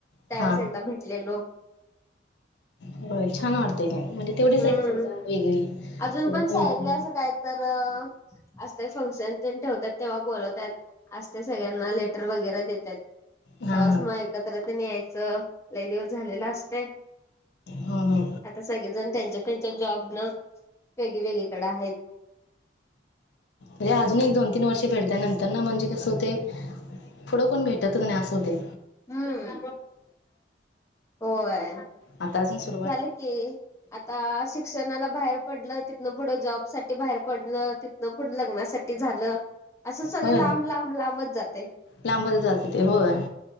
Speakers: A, on the left (about 15°); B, on the left (about 65°).
A: त्यावेळेस
B: हा.
A: एकदा भेटलेलो
B: होय, छान वाटतंय का? म्हणजे तेवढीच
A: हम्म
B: ऐकत जा. वेगळी
A: अजून
B: सगळ्यांना
A: पण शाळेतल्या
B: भेटणं
A: असं काय तर असतंय फंक्शन ठेवतात तेव्हा बोलवतात असते सगळ्यांना लेटर वगैरे देतात.
B: हा
A: त्यामुळेच
B: हा
A: मग एकत्र यायचं लय दिवस झालेल असतय.
B: हा हा
A: आता सगळेजण त्यांच्या त्यांच्या जॉब न वेगळे वेगळीकडे आहेत.
B: म्हे अजून एक दोन तीन वर्षे भेडत नंतर ना म्हणजे कस होते पुढं कोण भेटतच नाही, असं होतंय.
A: हम्म्.. <inaudible> होय.
B: आता, अजून सुरवा
A: झालं की. आता सुट शिक्षणाला बाहेर पडलं, तिथनं पुढं जॉब साठी बाहेर पडणं. तिथनं पुढं लग्नासाठी झालं असं सगळं
B: होय
A: लांब-लांब, लांबत जातंय.
B: लांबच जात ते होय